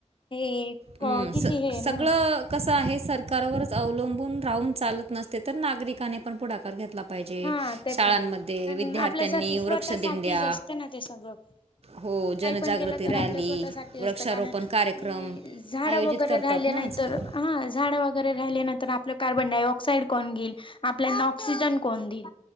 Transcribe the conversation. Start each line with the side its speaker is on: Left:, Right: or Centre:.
Left: हे.
Right: हम्
Left: किती
Right: स
Left: हे ना
Right: सगळं. कसं आहे सरकारवरच अवलंबून राहून चालत नसते तर नागरिकाने पण पुढाकार घेतला
Left: हा ते
Right: शाळांमध्ये
Left: पण कारण
Right: विद्यार्थ्यांनी
Left: आपल्यासाठी स्वतःसाठीच
Right: वृक्ष दिंड्या
Left: असते ना ते सगळं
Right: हो जनजागृती
Left: काही पण केलं तर
Right: रॅली
Left: आपल्या स्वतःसाठी
Right: वृक्षारोपण
Left: असतं कारण
Right: कार्यक्रम
Left: आणि झाडं
Right: आयोजित
Left: वगैरे
Right: करतात
Left: राहिले
Right: ना
Left: नाही
Right: आजकाल.
Left: तर हा झाड वगैरे राहिल्या नंतर आपलं कार्बन डायऑक्साइड कोण घईल आपल्याना ऑक्सिजन कोन दिल